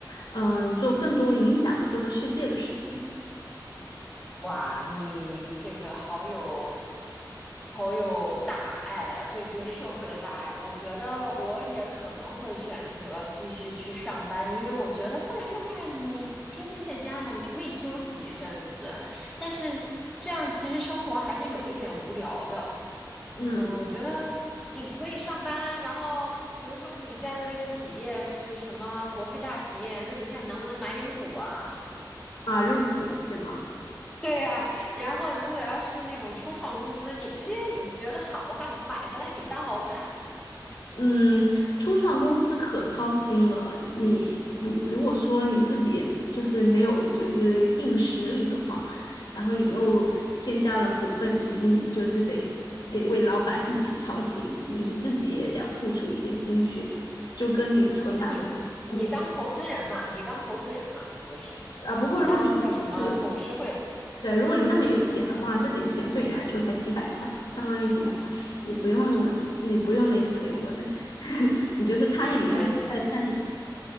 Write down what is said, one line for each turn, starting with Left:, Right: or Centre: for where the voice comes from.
Left: 嗯、呃做更多影响这个世界的事情。
Centre: 哇，你这个好有好有大爱啊，对这个社会的大爱。我觉得我也可能会选择继续去上班，因为我觉得不然的话，你天天在家嘛，你可以休息一阵子，但是这样其实生活还是有一点无聊的。
Left: 嗯，
Centre: 嗯，我觉得你可以上班，然后比如说你在的那个企业是什么国际大企业，那你看你能不能买点股啊？
Left: 啊，入股是吗？
Centre: <laughs> 对呀，然后如果要是那种初创公司，你直接你觉得好的话，你就买下来，你当老板，
Left: 嗯，初创公司可操心了。你如如果说你自己就是没有就是硬实力的话，然后你又添加了股份，其实你就是得得为老板一起操心，就是自己也要付出一些心血，就跟你纯打工有点不一样
Centre: <laughs> 你你当投资人嘛，你当投资人嘛，就是
Left: 啊。不过如果你那么有
Centre: 你当叫什么董事会，
Left: 对，如果你那么有钱的话，这点钱对你来说才几百块，相当于几百块，也不用你不用累死累活的，<laughs> 你就是参与一下，
Centre: 对对
Left: 重在参与。